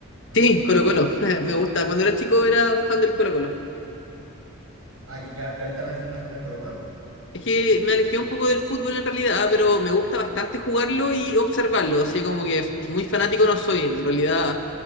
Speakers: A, on the right; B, on the left.
A: hace
B: Sí,
A: poquito.
B: Colo Colo. <laughs> Me gusta. Cuando era chico era fan del Colo Colo.
A: Ah, ya, ya ahorita no es anda el Colo Colo.
B: Es que me alejé un poco del fútbol en realidad, pero me gusta bastante jugarlo y observarlo. Así como que muy fanático no soy. En realidad